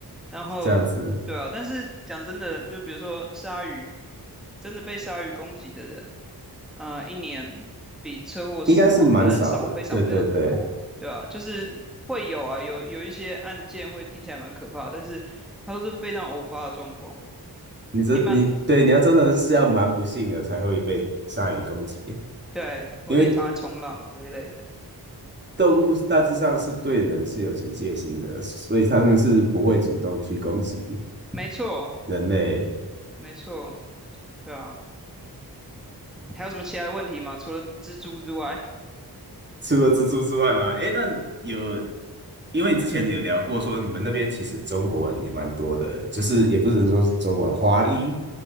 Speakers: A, in the centre; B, on the right.
A: 然后，
B: 这样子
A: 对啊，但是讲真的，就比如说鲨鱼，真的被鲨鱼攻击的人，呃，一年比车祸死亡的人少非常非常的多，
B: 应该是蛮少的，对对对。
A: 对啊，就是会有啊，有有一些案件会听起来蛮可怕的但是它都是非常偶发的状况，
B: 你这你对你要真的是要蛮不幸的才会被鲨鱼攻击。
A: 一般，嗯，对，或是你常在冲浪这一类的，
B: 因为动物大致上是对人是有警戒心的，所以他们是不会主动去攻击
A: 没错，
B: 人类。
A: 没错，对啊，还有什么其他的问题吗？除了蜘蛛之外，
B: 除了蜘蛛之外吗？诶，那有，因为你之前有聊过说你们那边其实中国人也蛮多的，就是也不是说是中国人，华裔